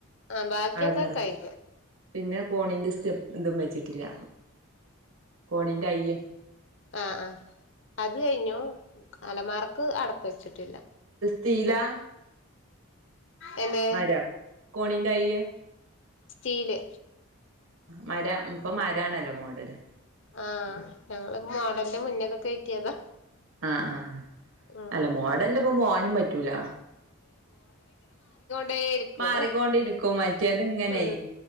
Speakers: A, on the left; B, on the right.
A: ആഹ് ബാക്കിയൊക്കെ
B: അൾമറ
A: കയ്ഞ്ഞ്.
B: പിന്നെ കോണിന്റെ സ്റ്റെപ്പ് ഇതും വെച്ചിട്ടില്ല. കോണിന്റെ അയ്യെ
A: ആഹ് ആഹ് അത് കഴിഞ്ഞു. അലമാറക്ക് അടപ്പെച്ചിട്ടില്ല.
B: തീലാ
A: എന്ത്
B: മരം കോണി റ്റയ്യേ
A: സ്റ്റീല്
B: മര ഇപ്പൊ <unintelligible>
A: ആഹ് ഞങ്ങള് മോഡലിന്റെ മുന്നേ ഒക്കെ കയറ്റിയതാ.
B: ആഹ് ആഹ്
A: ഉം
B: അല്ല മോഡലിൻ്റൊപ്പം പോവാനും പറ്റൂല.
A: ബേരിക്കോ
B: മാറിക്കൊണ്ടിരിക്കും മറ്റേത് ഇങ്ങനെ
A: ഉം